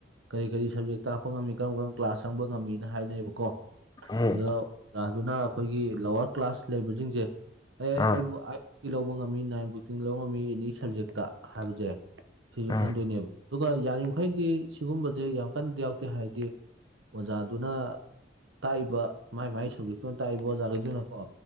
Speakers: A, on the right; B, on the left.
A: ꯀꯔꯤ ꯀꯔꯤ ꯁꯕꯖꯦꯛ ꯇꯥꯛꯄ ꯉꯝꯃꯤ ꯀꯔꯝ ꯀꯔꯝꯕ ꯀ꯭ꯂꯥꯁ ꯆꯪꯕ ꯉꯝꯃꯤꯅ ꯍꯥꯏꯅꯩꯕ ꯀꯣ
B: ꯎꯝ
A: ꯑꯗꯣꯥ ꯔꯖꯨꯅ ꯑꯩꯈꯣꯏꯒꯤ ꯂꯋꯥꯔ ꯀ꯭ꯂꯥꯁ ꯂꯩꯕꯁꯤꯡꯁꯦ ꯑꯦ
B: ꯑꯥ
A: ꯑꯩꯕꯨ ꯑꯥꯏꯠ ꯂꯧꯕ ꯉꯝꯃꯤ ꯅꯥꯏꯟ ꯕꯨꯛꯇꯤꯡ ꯂꯧꯕ ꯉꯝꯃꯤ ꯑꯦꯅꯤ ꯁꯕꯖꯦꯛꯇ ꯍꯥꯏꯕꯁꯦ ꯁꯤꯁꯨ
B: ꯑꯥ
A: ꯈꯟꯗꯣꯏꯅꯦꯕ ꯑꯗꯨꯒ ꯌꯥꯔꯤꯈꯩꯗꯤ ꯁꯤꯒꯨꯝꯕꯁꯦ ꯌꯥꯝ ꯀꯟꯅꯗꯤ ꯌꯥꯎꯗꯦ ꯍꯥꯏꯗꯤ ꯑꯣꯖꯥꯗꯨꯅ ꯇꯥꯛꯏꯕ ꯃꯥꯏ ꯃꯥꯏ ꯁꯕꯖꯦꯛꯇꯨꯅ ꯇꯥꯛꯏꯕ ꯑꯣꯖꯥꯈꯩꯗꯨꯅꯀꯣ